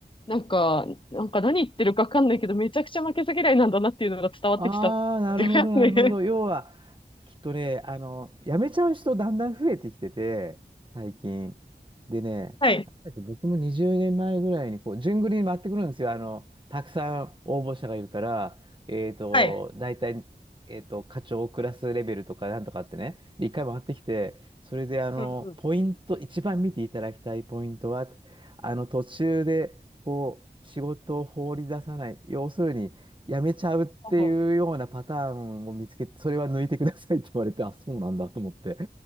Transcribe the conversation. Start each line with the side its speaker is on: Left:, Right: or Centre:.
Left: なんか、なんか何言ってるかわかんないけど、めちゃくちゃ負けず嫌いなんだなっていうのが伝わってきたっていうやつね。
Right: ああ、なるほど、なるほど。要は、きっとね、あの、辞めちゃう人だんだん増えてきてて、最近。でね、
Left: <laughs> はい、
Right: なんか僕も20年前ぐらいに、こう、順繰りに回ってくるんですよ。あの、たくさん応募者がいるから、えっと、
Left: はい。
Right: 大体、えっと、課長クラスレベルとかなんとかってね。で、一回回ってきて、それで、あの、
Left: うんうん。
Right: ポイント、一番見ていただきたいポイントは、あの、途中で、こう、仕事を放り出さない。要するに、やめちゃうっていうようなパターンを見つけて、
Left: ほうほう。
Right: それは抜いてくださいって言われて、<laughs> あ、そうなんだと思って。